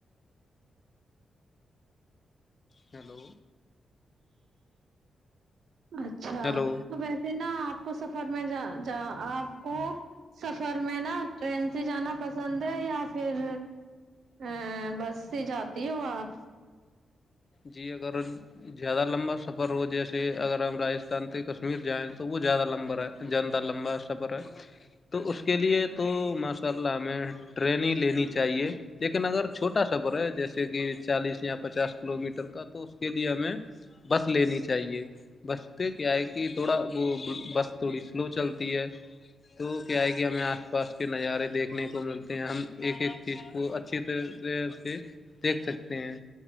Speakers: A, on the left (about 40°); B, on the right (about 75°).
A: ہیلو
B: اچھا
A: ہیلو
B: ا ویسے نا آپ کو سفر میں جا جا آپ کو سفر میں نا ٹرین سے جانا پسند ہے یا پھر ا بس سے جاتی ہوں آپ
A: جی اگر زیادہ لمبا سفر ہو جیسے اگر ہم راجستھان سے کشمیر جائیں تو وہ زیادہ لمبا رہا جند لمبا آستا پ تو اس کے لیے تو ماشاء اللہ ہمیں ٹرینگ لینی چاہیے لیکن اگر چھوٹا سفر ہے جیسے کہ چالیس یا پچاس کلو میٹر کا تو اس کے لیے ہمیں بس لینی چاہیے بس تو کیا ہے کہ تھوڑا وہ بس تھوڑی سلو چلتی ہے تو کیا ہے کہ ہمیں آس پاس کے نظارے دیکھنے کو ملتے ہیں ہم ایک ایک چیز کو اچھی طرح طرح سے دیکھ سکتے ہیں